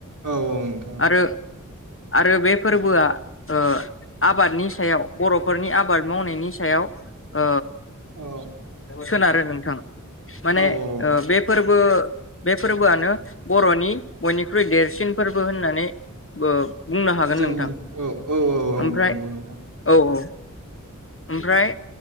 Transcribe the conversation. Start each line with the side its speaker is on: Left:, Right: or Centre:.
Right: औ औ नोंथां औ
Left: आरो आरो बे फोरबोआ ओ आबादनि सायाव बर'फोरनि आबाद मावनायनि सायाव ओ
Right: औ
Left: सोनारो नोंथां माने
Right: औ औ
Left: ओ बे फोरबो बे फोरबोआनो बर'नि बयनिख्रुइ देरसिन फोरबो होननानै बो बुंनो हागोन
Right: जों
Left: नोंथां
Right: औ औ औ
Left: ओमफ्राय
Right: नंगौ नोंथां
Left: औ औ ओमफ्राय